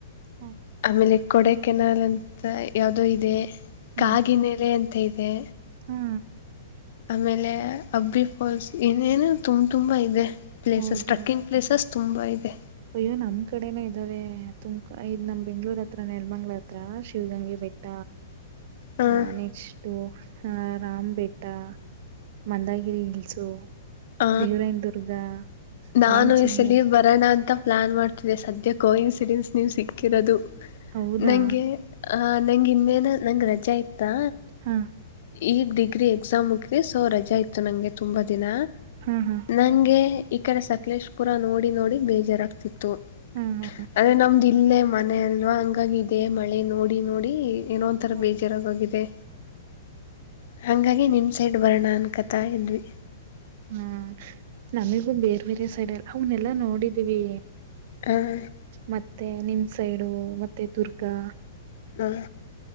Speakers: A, on the right; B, on the left.
A: ಹ
B: ಆಮೇಲೆ ಕೊಡೆ ಕೆನಾಲ್ ಅಂತ ಯಾವ್ದೋ ಇದೆ
A: ಹಾ
B: ಕಾಗಿನೆಲೆ ಅಂತ ಇದೆ
A: ಹಾ
B: ಆಮೇಲೆ ಅಬ್ಬಿ ಫಾಲ್ಸ್ ಇನೇನು ತುಂಬ ತುಂಬಾ ಇದೆ ಪ್ಲೇಸಸ್
A: ಹೌದಾ
B: ಟ್ರಕ್ಕಿಂಗ್ ಪ್ಲೇಸಸ್ ತುಂಬಾ ಇದೆ
A: ಅಯ್ಯೋ ನಮ್ ಕಡೆನ ಇದ್ದಾವೆ ತುಮಕೂರು ನಮ್ ಬೆಂಗ್ಳೂರ್ ಹತ್ರ ನೆಲ್ಮಂಗ್ಳ ಹತ್ರ ಶಿವಗಂಗೆ ಬೆಟ್ಟ
B: ಹಾಂ
A: ಆ ನೆಕ್ಸ್ಟ್ ರಾಮ್ ಬೆಟ್ಟ ಮಂದಗಿರಿ ಹಿಲ್ಸು
B: ಹ
A: ದೇವರಾಯನ್ ದುರ್ಗ
B: ನಾನು
A: ನಾಮ ಚಿನ್ಮೆ
B: ಈ ಸಲಿ ಬರೋಣ ಅಂತ ಪ್ಲಾ ಮಾಡ್ತಿದೆ ಸದ್ಯ ಕೋ ಇನ್ಸಿಡೆಂಟ್ಸ್ ನೀವು ಸಿಕ್ಕಿರೋದು
A: ಹೌದಾ
B: ನಂಗೆ ನಂಗೆ ಇನ್ನೇನು ನಂಗ ರಜೆ ಇತ್ತಾ
A: ಹಾ
B: ಈಗ ಡಿಗ್ರಿ ಎಕ್ಸಾಮ್ ಮುಕ್ವಿ ಸೊ ರಜೆ ಇತ್ತು ನಂಗೆ ತುಂಬ ದಿನ
A: ಹಾ ಹಾ
B: ನಂಗೆ ಈ ಕಡೆ ಸಕಲೇಶಪುರ ನೋಡಿ ನೋಡಿ ಬೇಜಾರಾಗಗ್ತಿತ್ತು
A: ಹಾ ಹಾ
B: ಅದ್ರ ನಮ್ದ ಇಲ್ಲೇ ಮನೆ ಅಲ್ವಾ ಹಂಗಾಗಿ ಇದೆ ಮಳೆ ನೋಡಿ ನೋಡಿ ಏನೋಂಥರ
A: ಹಾ
B: ಬೇಜಾರಾಗೋಗಿದೆ ಹಂಗಾಗಿ ನಿಮ ಸೈಡ್ ಬರೋಣ ಅನ್ಕತಾ ಇದ್ವಿ
A: ಹ್ಮ ನಮಿಗು ಬೇರೆ ಬೇರೆ ಸೈಡ್ ಎಲ್ಲ ಅವನ್ನಲ್ಲಾ ನೋಡಿದೀವಿ
B: ಹಾಂ
A: ಮತ್ತೆ ನಿಮ್ ಸೈಡು ಮತ್ತೆ ದುರ್ಗಾ
B: ಹ್ಮ